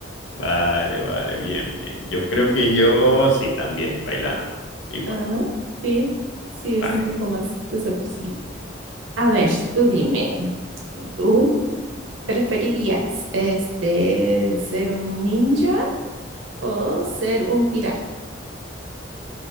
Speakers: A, on the left (about 65°); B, on the right (about 75°).
A: Vale, vale, bien, bien. Yo creo
B: Mm.
A: que yo sí, también, bailando. Igual,
B: Ajá, sí, sí, es
A: vale.
B: un poco más desapercibido. A ver, tú dime, ¿tú preferirías este ser un ninja o ser un pirata?